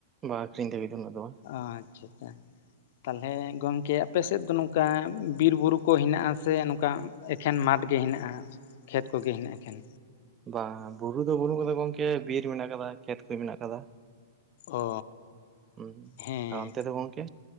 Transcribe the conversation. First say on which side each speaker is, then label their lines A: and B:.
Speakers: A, on the right; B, on the left.
A: ᱵᱟ ᱟᱠᱷᱨᱤᱧ ᱫᱟᱹᱵᱤᱡ ᱫᱚ ᱩᱱᱟᱹᱜ ᱵᱟᱝ᱾
B: ᱟ ᱟᱪᱪᱷᱟ ᱟᱪᱪᱷᱟ᱾ ᱛᱟᱦᱞᱮ ᱜᱚᱝᱠᱮ ᱟᱯᱮᱥᱮᱫ ᱫᱚ ᱱᱚᱝᱠᱟ ᱵᱤᱨ ᱵᱩᱨᱩ ᱠᱚ ᱦᱤᱱᱟᱜᱼᱟ ᱥᱮ ᱱᱚᱝᱠᱟ ᱮᱠᱷᱮᱱ ᱢᱟᱴᱷ ᱜᱮ ᱦᱤᱱᱟᱜᱼᱟ ᱠᱷᱮᱛ ᱠᱚᱜᱮ ᱦᱤᱱᱟᱜᱼᱟ ᱮᱠᱷᱮᱱ
A: ᱵᱟᱝ ᱵᱩᱨᱩ ᱫᱚ ᱵᱟᱹᱱᱩᱜ ᱠᱟᱫᱟ ᱜᱚᱢᱠᱮ ᱵᱤᱨ ᱢᱮᱱᱟᱜ ᱟᱠᱟᱫᱟ ᱠᱷᱮᱛ ᱠᱚ ᱢᱮᱱᱟᱜ ᱟᱠᱟᱫᱟ᱾
B: ᱚ
A: ᱩᱸ,
B: ᱦᱮᱸ
A: ᱟᱨ ᱨᱟᱱᱛᱮ ᱫᱚ ᱜᱚᱢᱠᱮ?